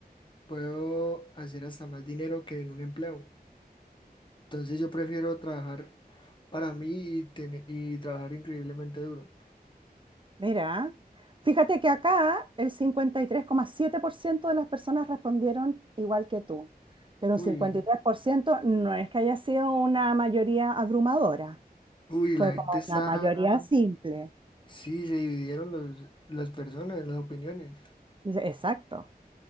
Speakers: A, on the left (about 30°); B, on the right (about 30°).
A: puedo hacer hasta más dinero que en un empleo. Entonces yo prefiero trabajar para mí y, tener, y trabajar increíblemente duro.
B: Mira, fíjate que acá el cincuenta y tres coma siete por ciento de las personas respondieron igual que tú, pero
A: Uy,
B: un 53% no es que haya sido una mayoría abrumadora,
A: uy,
B: fue
A: la
B: como
A: gente está,
B: una mayoría Claro. simple.
A: sí, se dividieron los, las personas, las opiniones.
B: Dice, Exacto.